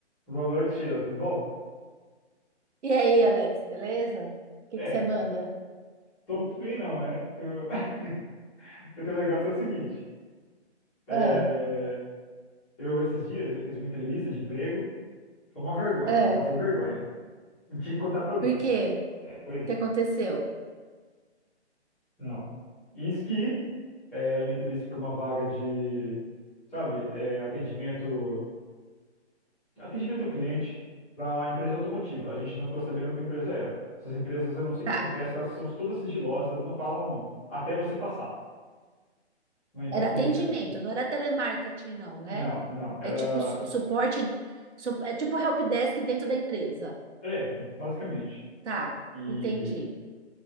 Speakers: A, in the centre; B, on the right (about 80°).
A: Boa noite, Sheila. Tudo bom?
B: E aí, Alex, beleza? O que
A: É,
B: que você manda?
A: tô muito bem não, né? Que eu- <laughs> Porque o negócio é o seguinte. é,
B: Ah,
A: Eu, esses dias, eu fiz uma entrevista de emprego. Foi uma vergonha.
B: ah,
A: Passei vergonha. E tinha que contar pra alguém.
B: por quê?
A: É, pois
B: O
A: é.
B: que aconteceu?
A: Não. Isso que eh, era uma entrevista pra uma vaga de, sabe, é, atendimento... Atendimento ao cliente da empresa automotiva. A gente não ficou sabendo qual empresa era. Essas empresas, eu não sei o
B: Tá,
A: que acontece, que elas são todas sigilosas, elas não falam até você passar. Na na
B: era
A: primeira
B: atendimento,
A: entrevista.
B: não era telemarketing, não, né?
A: Não, não, era.
B: É tipo su- suporte, su- é tipo help desk dentro da empresa.
A: É, basicamente.
B: Tá,
A: E
B: entendi.